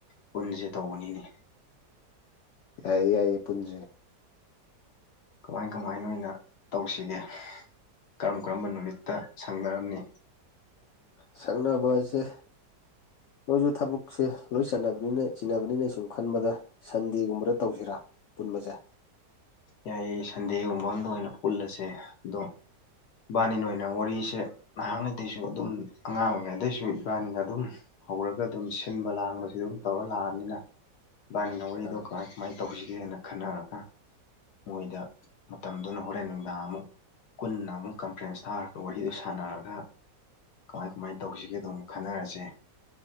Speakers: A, on the left (about 70°); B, on the left (about 85°).
A: ꯄꯨꯟꯁꯦ ꯇꯧꯕꯅꯤꯅꯤ
B: ꯌꯥꯏꯌꯦ ꯌꯥꯏꯌꯦ ꯄꯨꯟꯖꯦ
A: ꯀꯃꯥꯏ ꯀꯃꯥꯏꯅ ꯑꯣꯏꯅ ꯇꯧꯁꯤꯒꯦ ꯀꯔꯝ ꯀꯔꯝꯕ ꯅꯨꯃꯤꯠꯇ ꯁꯪꯅꯔꯝꯃꯤ
B: ꯁꯛꯅꯕꯁꯦ ꯃꯣꯏꯁꯨ ꯊꯕꯛꯁꯦ ꯂꯣꯏ ꯆꯠꯅꯕꯅꯤꯅ ꯆꯤꯟꯅꯅꯕꯅꯤꯅ ꯁꯨꯝ ꯈꯟꯕꯗ ꯁꯟꯗꯦꯒꯨꯝꯕꯗ ꯇꯧꯁꯤꯔꯥ ꯄꯨꯟꯕꯁꯦ
A: ꯌꯥꯏꯌꯦ ꯁꯟꯗꯦꯒꯨꯝꯕ ꯑꯝꯗ ꯑꯣꯏꯅ ꯄꯨꯜꯂꯁꯦ ꯑꯗꯣ ꯕꯥꯟꯅꯤꯅ ꯑꯣꯏꯅ ꯋꯥꯔꯤꯁꯦ ꯅꯍꯥꯟꯉꯩꯗꯩꯁꯨ ꯑꯗꯨꯝ ꯑꯉꯥꯡꯉꯩ ꯑꯗꯩꯁꯨ ꯏꯕꯥꯅꯤꯅ ꯑꯗꯨꯝ ꯍꯧꯔꯒ ꯑꯗꯨꯝ ꯁꯤꯟꯕ ꯂꯥꯡꯕꯁꯨ ꯑꯗꯨꯝ ꯇꯧꯔ ꯂꯥꯛꯑꯅꯤꯅ ꯏꯕꯥꯅꯤꯅ ꯋꯥꯔꯤꯗꯣ
B: ꯑꯥ
A: ꯀꯃꯥꯏ ꯀꯃꯥꯏꯅ ꯇꯧꯁꯤꯒꯦꯅ ꯈꯟꯅꯔꯒ ꯃꯣꯏꯗ ꯃꯇꯝꯗꯨꯅ ꯍꯣꯔꯦꯟ ꯅꯨꯡꯗꯥꯡ ꯑꯃꯨꯛ ꯄꯨꯟꯅ ꯑꯃꯨꯛ ꯀꯟꯐ꯭ꯔꯦꯟꯁ ꯊꯥꯔꯒ ꯋꯥꯔꯤꯗꯨ ꯁꯥꯟꯅꯔꯒ ꯀꯃꯥꯏ ꯀꯃꯥꯏꯅ ꯇꯧꯁꯤꯒꯦ ꯑꯗꯨꯝ ꯈꯟꯅꯔꯁꯦ